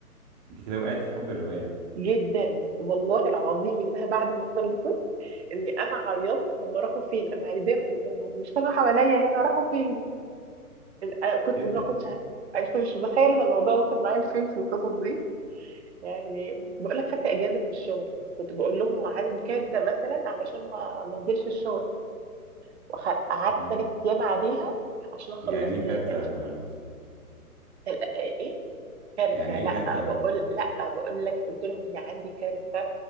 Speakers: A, on the right (about 30°); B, on the right (about 45°).
A: انت كده وقعتي في حب الرواية
B: جدا والله العظيم انها بعد ما خلصت اني انا عيطت هم راحوا فين انا عايزاهم هم مش كانوا حواليا هنا راحوا فين أنا كنت
A: ايه ده
B: ما كنتش ه- انت مش متخيل ان الموضوع وصل معايا لفين في القصص دي يعني بقول لك خدت اجازه من الشغل كنت بقول لهم عندي كارثه مثلا علشان ما ما انزلش الشغل وقعدت
A: مم.
B: ثلاث ايام عليها عشان اخلصها
A: يعني ايه كارتة
B: هي كانت
A: لا
B: فيها
A: مؤاخذة
B: تل- ايه إيه؟ كارثه
A: يعني ايه
B: لا
A: كارتة لم...
B: بقول لا بقول لك قلت لهم ان عندي كارثه